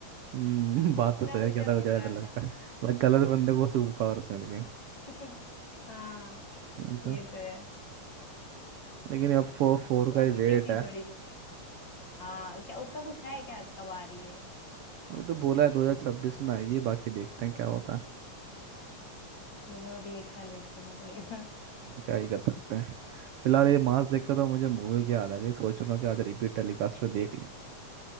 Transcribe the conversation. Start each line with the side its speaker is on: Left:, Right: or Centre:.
Right: हम्म, बात
Left: उतना
Right: तो सही है
Left: ऊंचा
Right: क्या था
Left: उड़
Right: ज़्यादा
Left: रहा
Right: डर लगता
Left: था
Right: है मतलब गलत बंदे को सुपर पावर्स मिल गई
Left: <laughs> हाँ
Right: ये
Left: ये
Right: तो
Left: तो है
Right: लेकिन अब फोर फोर का
Left: कॉमेडी
Right: ही वेट
Left: थी
Right: है
Left: थोड़ी बहुत हाँ क्या उसका कुछ है क्या कब आ रही है
Right: अभी तो बोला है 2026 में आएगी बाकी देखते हैं क्या होता है
Left: अरे मतलब अभी एक साल वेट करना पड़ेगा
Right: हम्म, क्या ही कर सकते हैं फिलहाल ये मास देख के तो मुझे मूवी की याद आ गई सोच रहा हूँ कि आज रिपीट टेलीकास्ट पे देख लूँ